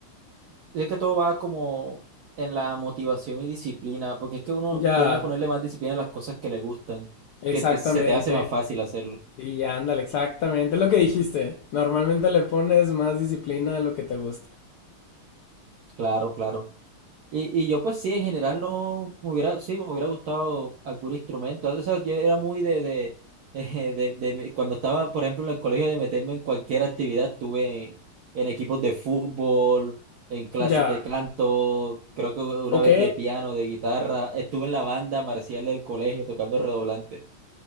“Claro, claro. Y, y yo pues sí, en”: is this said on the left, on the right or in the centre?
Right